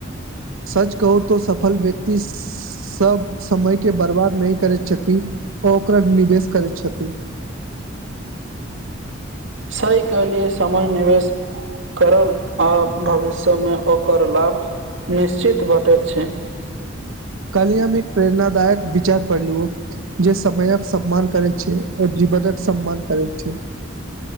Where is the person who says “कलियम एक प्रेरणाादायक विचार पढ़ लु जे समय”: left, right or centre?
Right